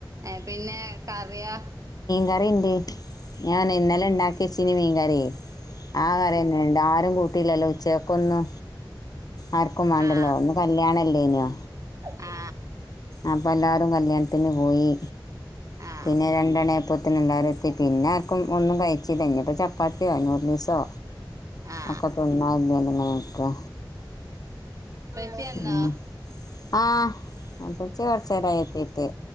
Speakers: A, on the right; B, on the left.
A: ഏ പിന്നെ കറിയേ
B: കറിണ്ട് ഞാൻ ഇന്നലെ ഉണ്ടാക്ക കെച്ചിന <unintelligible> മീൻ കറിയ ആ കറിന്നെണ്ട <unintelligible> ആരും കൂട്ടിയില്ലല്ലോ ഉച്ചക്കൊന്ന് ആർക്കും വേണ്ടല്ലോ
A: ആ
B: ഒന്ന് കല്യാണല്ലേനോ
A: ആ
B: അപ്പം എല്ലരും കല്യാണത്തിന് പോയി
A: ആ
B: പിന്നെ രണ്ടെണപ്പത്തിനണ്ടായിരത്തി <unintelligible> പിന്നെ ഒന്നും കഴിച്ചില്ല ഇനിഎപ്പോ ചപ്പാത്തിയോ നൂഡൽസോ
A: ആ
B: അക്കട്ടന്ന <unintelligible> മങ്ങക്കെ
A: ഉപ്പച്ചി വന്നോ
B: ഉ ആഹ കു വർച്ചര <unintelligible> എത്തിട്ട്